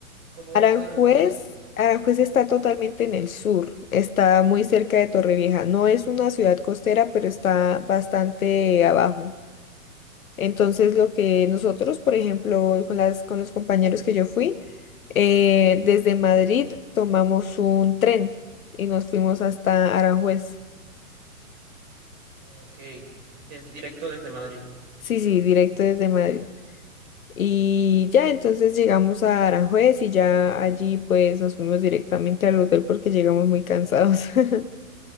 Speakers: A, on the right (about 30°); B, on the left (about 65°).
A: ¿Cómo
B: Aranjuez,
A: vas a Aranjuez?
B: Aranjuez está totalmente en el sur, está muy cerca de Torrevieja. No es una ciudad costera, pero está bastante abajo. Entonces, lo que nosotros, por ejemplo, con las, con los compañeros que yo fui, eh, desde Madrid tomamos un tren y nos fuimos hasta Aranjuez.
A: Ok, des- directo desde Madrid.
B: Sí, sí, directo desde Madrid. Y ya entonces llegamos a Aranjuez y ya allí pues nos fuimos directamente al hotel porque llegamos muy cansados. <laughs>